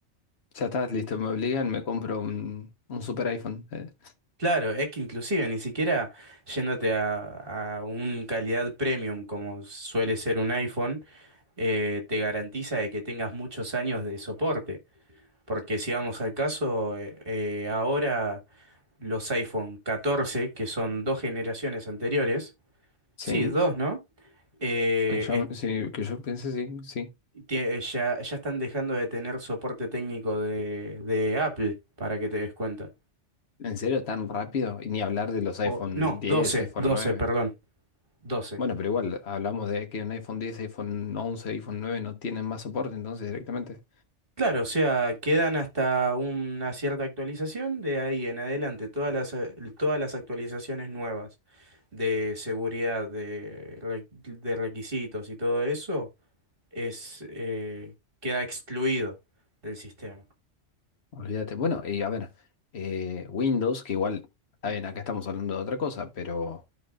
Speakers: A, on the left (about 60°); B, on the right (about 50°).
A: ya está, listo, me obligan, me compro un, un super iPhone. eh.
B: Claro, es que inclusive ni siquiera yéndote a, a un calidad premium como suele ser un iPhone, eh, te garantiza de que tengas muchos años de soporte. Porque si vamos al caso, eh, eh, ahora los iPhone 14 que son dos generaciones anteriores,
A: Sí,
B: sí, dos, ¿no? Eh,
A: que yo,
B: es-
A: sí, que yo piense, sí, sí.
B: tie- ya, ya están dejando de tener soporte técnico de, de Apple, para que te des cuenta.
A: ¿En serio tan rápido? Y ni hablar de los
B: O,
A: iPhone
B: no,
A: 10,
B: 12
A: iPhone
B: 12
A: 9.
B: perdón, doce
A: Bueno, pero igual, hablamos de que un iPhone 10, iPhone 11, iPhone 9 no tienen más soporte, entonces directamente,
B: Claro, o sea, quedan hasta una cierta actualización, de ahí en adelante todas las, eh, todas las actualizaciones nuevas de seguridad, de, re- de requisitos y todo eso es, eh, queda excluido del sistema.
A: olvídate. Bueno, y a ver, eh, Windows, que igual, está
B: Mm.
A: bien, acá estamos hablando de otra cosa, pero